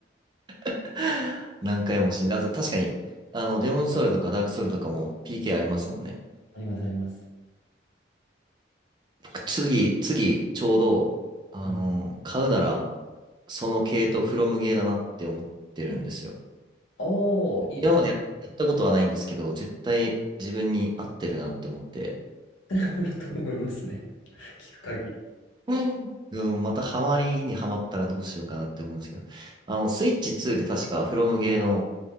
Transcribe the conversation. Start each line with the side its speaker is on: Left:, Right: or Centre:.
Right: <laughs> 何回も死んで、あと確かに、あの、デモンソウルとかダークソウルとかも PK ありますもんね。
Left: ありますあります。
Right: 僕、
Left: いや
Right: 次、次、ちょうど、あの、
Left: うん。
Right: 買うなら、その系統、フロムゲーだなって思ってるんですよ。
Left: おー、いいですね。
Right: 今までややったことはないんですけど、絶対自分に合ってるなって思って、
Left: ダブルと思いますね。<laughs> 聞く限り。
Right: うんうんまたハマりにハマったらどうしようかなって思うんですけど。あの、スイッチ2で確かフロムゲーの